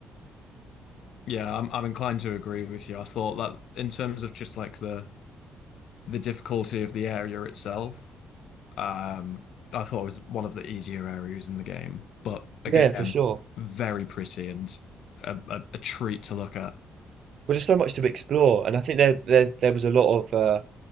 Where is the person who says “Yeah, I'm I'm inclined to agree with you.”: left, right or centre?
Left